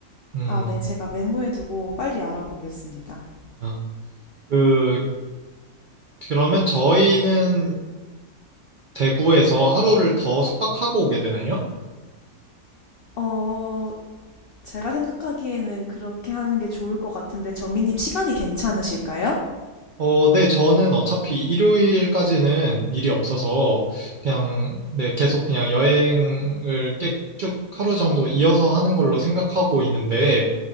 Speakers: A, on the right; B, on the left.
A: 음,
B: 아, 네. 제가 메모해두고 빨리 알아보겠습니다.
A: 아, 그, 그러면 저희는 대구에서 하루를 더 숙박하고 오게 되나요?
B: 어, 제가 생각하기에는 그렇게 하는 게 좋을 것 같은데 정민님 시간이 괜찮으실까요?
A: 어, 네, 저는 어차피 일요일까지는 일이 없어서 그냥, 네, 계속 그냥 여행을 깨- 쭉 하루 정도 이어서 하는 걸로 생각하고 있는데,